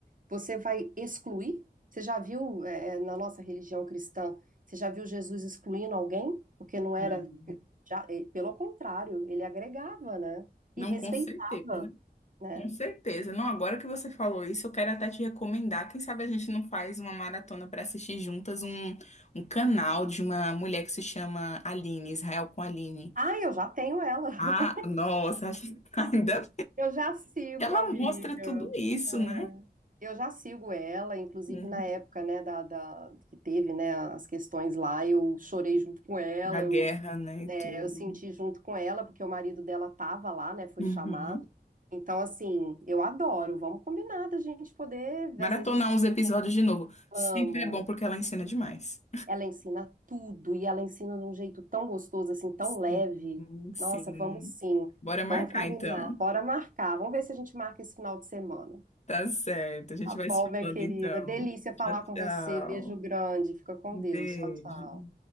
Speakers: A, on the right; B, on the left.
A: você vai excluir? Você já viu, é, na nossa religião cristã, você já viu Jesus excluindo alguém? Porque não era,
B: Não,
A: já, eh, pelo contrário, ele agregava, né?
B: não
A: E respeitava,
B: com certeza.
A: né?
B: Com certeza. Não, agora que você falou isso, eu quero até te recomendar. Quem sabe a gente não faz uma maratona para assistir juntas um, um canal de uma mulher que se chama Aline, Israel com Aline.
A: Ah, eu já tenho ela.
B: Ah,
A: <laughs>
B: nossa, <laughs> ainda
A: Eu já sigo,
B: ela
A: amiga.
B: mostra tudo isso,
A: É,
B: né?
A: Eu já sigo ela, inclusive
B: Uhum.
A: na época, né, da, da- que teve, né, as questões lá, eu chorei junto com ela,
B: A guerra,
A: eu,
B: né, e
A: é,
B: tudo.
A: eu senti junto com ela, porque o marido dela tava lá, né, foi
B: Uhum.
A: chamado. Então, assim, eu adoro, vamos combinar da gente poder,
B: Maratonar
A: às vezes, esse-
B: uns episódios de novo.
A: vamos.
B: Sempre é bom porque ela ensina demais.
A: Ela ensina tudo e ela ensina de um jeito tão gostoso, assim, tão
B: Sim,
A: leve.
B: sim.
A: Nossa, vamos sim.
B: Bora marcar
A: Vamos combinar.
B: então.
A: Bora marcar. Vamos ver se a gente marca esse final de semana.
B: Tá certo. A gente
A: Tá
B: vai
A: bom,
B: se
A: minha
B: falando
A: querida.
B: então.
A: Delícia falar
B: Tchau,
A: com
B: tchau.
A: você. Beijo grande. Fica com
B: Entende?
A: Deus. Tchau, tchau.